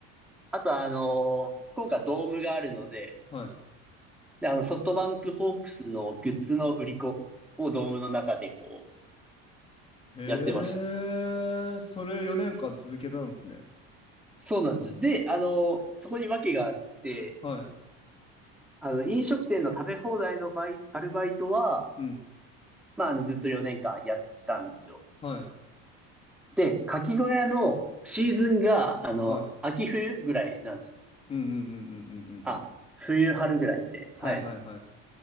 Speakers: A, in the centre; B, on the left (about 20°).
A: あとはあの、福岡ドームがあるので、
B: はい。
A: で、あの、ソフトバンクホークスのグッズの売り子をドームの中でこ
B: へえ、
A: う、やってました。
B: それ4年間続けたんですね。
A: そうなんですよ。で、あの、そこに訳があって、
B: はい。
A: あの、飲食店の食べ放題のバイ、アルバイトは、
B: うん。
A: まあ、あの、ずっと4年間やったんですよ。
B: はい。
A: で、かき小屋のシーズンが、あの、
B: はい。
A: 秋冬ぐらいなんですよ。
B: うんうんうんうんうんうんうん。
A: あ、冬春ぐらいで。
B: はいはいはい。
A: はい。